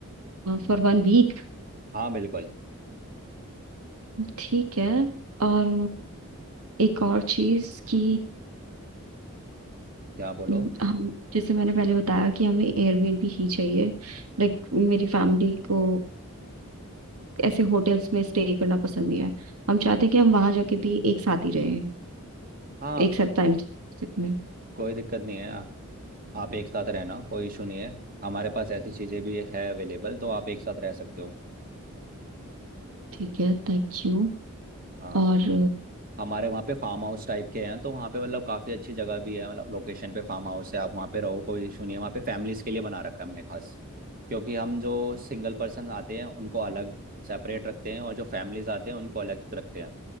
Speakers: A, on the right; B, on the right.
A: For one week
B: हाँ बिल्कुल
A: ठीक है और एक और चीज कि
B: क्या बोलो
A: हम्म, हम जैसे मैंने पहले बताया कि हमें एयरबीएनबी ही चाहिए लाइक मेरी फैमिली को ऐसे होटल्स में स्टे करना पसंद नहीं है हम चाहते हैं कि हम वहां जाके भी एक साथ ही रहें
B: हाँ
A: एक साथ टाइम में
B: कोई दिक्कत नहीं है आप एक साथ रहना कोई इशू नहीं है हमारे पास ऐसी चीज़ें भी है अवेलेबल तो आप एक साथ रह सकते हो
A: ठीक है थैंक यू
B: हाँ
A: और
B: हमारे वहाँ पे फार्म हाउस टाइप के हैं तो वहाँ पे मतलब काफ़ी अच्छी जगह भी है मतलब लोकेशन पे फार्म हाउस है आप वहाँ पे रहो कोई इशू नहीं है वहाँ पे फैमिलीज के लिए बना रखा है हमने खास क्योंकि हम जो सिंगल पर्सन आते हैं उनको अलग सेपरेट रखते हैं और जो फैमिलीज आते हैं उनको अलग रखते हैं